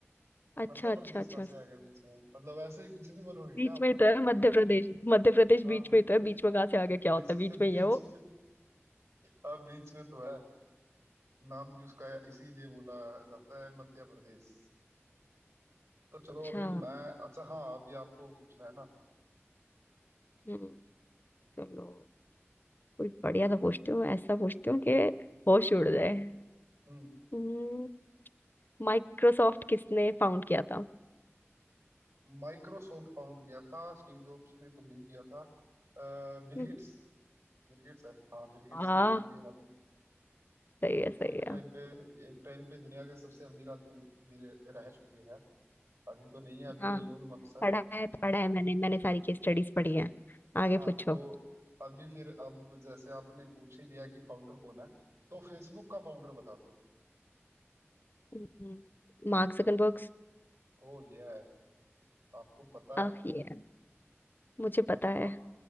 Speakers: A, on the left; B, on the right.
A: अच्छा
B: मध्य प्रदेश
A: अच्छा अच्छा
B: कहाँ से आ गया बीच में मतलब ऐसे ही कुछ भी बोलोगे क्या
A: बीच
B: आप
A: में ही तो है मध्य प्रदेश मध्य प्रदेश
B: हाँ
A: बीच
B: बीच
A: में ही तो है बीच में कहाँ से आगे क्या
B: बीच
A: होता है बीच में ही
B: बीच
A: है वो
B: हाँ बीच में तो है नाम भी उसका इसीलिए बोला जाता है मध्य प्रदेश तो
A: अच्छा
B: चलो अभी मैं अच्छा हाँ अभी आपको पूछना है ना
A: हम्म चलो कोई बढ़िया सा पूछती हूँ ऐसा पूछती हूँ कि होश उड़ जाए
B: हम्म
A: हम्म, माइक्रोसॉफ्ट किसने फाउंड किया था
B: माइक्रोसॉफ्ट फाउंड किया था स्टीव जॉब्स ने तो नहीं किया था Bill
A: हम्म,
B: Gates बिल गेट्स है हाँ बिल गेट्स
A: वाह
B: ही है इनके मालिक
A: सही है सही
B: वो एक टाइम
A: है
B: पे एक टाइम पे दुनिया के सबसे अमीर आदमी भी रह रह चुके हैं अभी तो नहीं है अभी
A: हाँ
B: तो इलोन
A: हाँ
B: मस्क है
A: पढ़ा है पढ़ा है मैंने मैंने सारी केस स्टडीज पढ़ी है आगे
B: हाँ
A: पूछो
B: तो अभी फिर अब जैसे आपने पूछ ही लिया कि फाउंडर कौन है तो फेसबुक का फाउंडर बता दो
A: हम्म मार्क जकरबर्ग
B: ओ ये है आपको पता
A: आह
B: है
A: ये है, मुझे पता है
B: आप